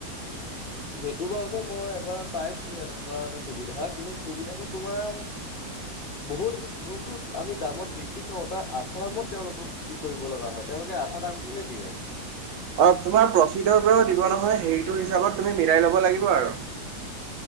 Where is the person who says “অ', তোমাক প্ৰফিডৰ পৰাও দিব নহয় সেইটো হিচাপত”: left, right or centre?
Right